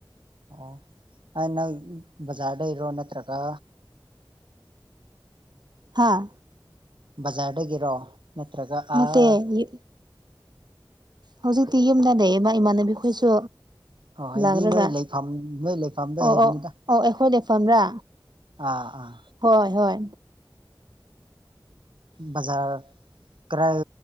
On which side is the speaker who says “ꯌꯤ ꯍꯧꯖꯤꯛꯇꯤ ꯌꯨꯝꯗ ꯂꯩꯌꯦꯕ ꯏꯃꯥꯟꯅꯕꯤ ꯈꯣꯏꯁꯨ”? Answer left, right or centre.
Right